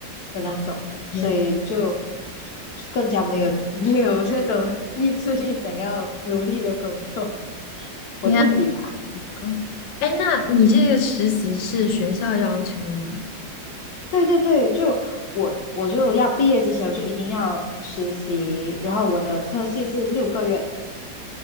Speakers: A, on the left; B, on the left.
A: 的那种，所以就
B: 天。
A: 更加没有没有那种 <laughs> 意志力想要努力的工作。我自己啦，
B: 天嗯，哎，那你这个实习是学校要求的吗？
A: 对对对，就我我就要毕业之前我就一定要实习，然后我的科系是六个月，